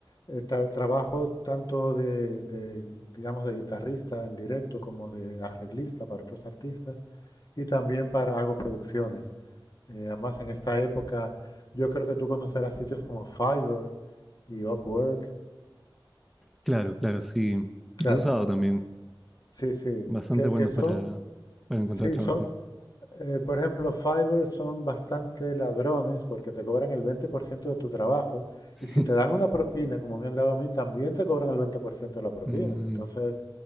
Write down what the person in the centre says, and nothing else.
Claro, claro, sí.
Los he usado también.
Bastante
buenos
para, para encontrar
trabajo.
<laughs>
Sí. Mm,